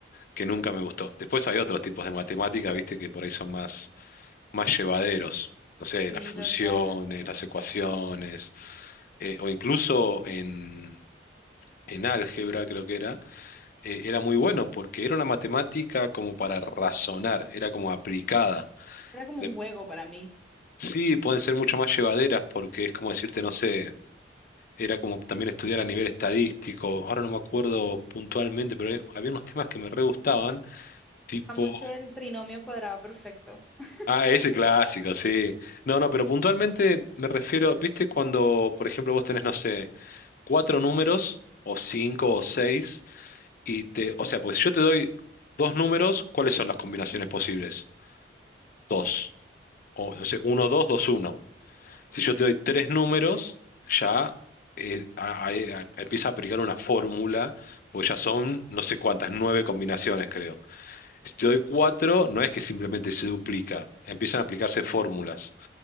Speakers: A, on the left; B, in the centre.
A: que nunca me gustó. Después hay otros tipos de matemática, viste, que por ahí son más, más llevaderos. No sé,
B: Sí,
A: las funciones,
B: total.
A: las ecuaciones, eh, o incluso en, en álgebra, creo que era, eh, era muy bueno porque era una matemática como para razonar, era como aplicada.
B: Era como
A: De-
B: un juego para mí.
A: sí, pueden ser mucho más llevaderas porque es como decirte, no sé. Era como también estudiar a nivel estadístico. Ahora no me acuerdo puntualmente, pero eh, había unos temas que me re gustaban, tipo.
B: A mucho el trinomio cuadrado perfecto. <laughs>
A: Ah, ese clásico, sí. No, no, pero puntualmente me refiero, ¿viste cuando, por ejemplo, vos tenés, no sé, cuatro números, o cinco, o seis, y te. O sea, pues yo te doy dos números, ¿cuáles son las combinaciones posibles? Dos. O, no sé, uno, dos, dos, uno. Si yo te doy tres números, ya eh, a- a- eh, a- empieza a aplicar una fórmula, porque ya son no sé cuántas, nueve combinaciones creo. Si te doy cuatro, no es que simplemente se duplica, empiezan a aplicarse fórmulas.